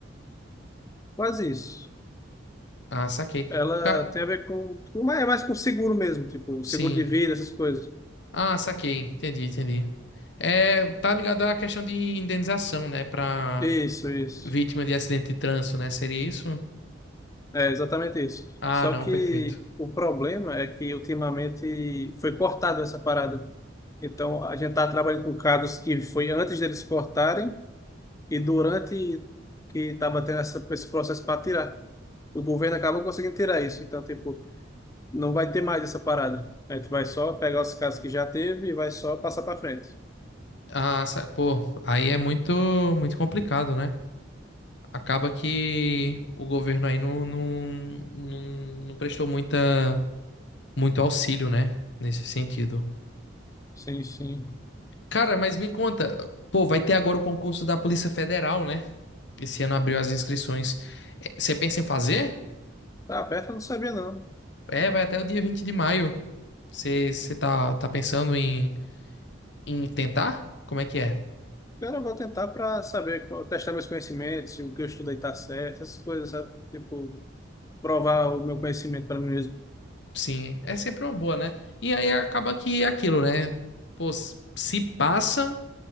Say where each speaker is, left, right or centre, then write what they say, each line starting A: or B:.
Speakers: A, on the left; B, on the left.
A: Quase isso.
B: Ah, saquei.
A: Ela
B: Ca-
A: tem a ver com. Mas é mais com seguro mesmo, tipo,
B: Sim.
A: seguro de vida, essas coisas.
B: Ah, saquei. Entendi, entendi. É, tá ligado à questão de indenização, né? Pra
A: Isso, isso.
B: vítima de acidente de trânsito, né? Seria isso?
A: É exatamente isso.
B: Ah,
A: Só
B: não,
A: que
B: perfeito.
A: o problema é que ultimamente foi cortada essa parada. Então, a gente tá trabalhando com casos que foi antes deles cortarem. E durante que estava tendo essa, esse processo para tirar, o governo acabou conseguindo tirar isso. Então, tipo, não vai ter mais essa parada. A gente vai só pegar os casos que já teve e vai só passar para frente.
B: Ah, sa- pô, aí é muito, muito complicado, né? Acaba que o governo aí não, não, não, não prestou muita. muito auxílio, né? Nesse sentido.
A: Sim, sim.
B: Cara, mas me conta, pô, vai ter agora o concurso da Polícia Federal, né? Esse ano abriu as inscrições. É, Você pensa em fazer?
A: Tá aberto, eu não sabia não.
B: É, vai até o dia 20 de maio. Você você tá, tá pensando em, em tentar? Como é que é?
A: Agora eu vou tentar para saber, qual- testar meus conhecimentos, se o que eu estudei tá certo, essas coisas, sabe? Tipo, provar o meu conhecimento para mim mesmo.
B: Sim, é sempre uma boa, né? E aí acaba que é aquilo, né? Pô, s- se passa,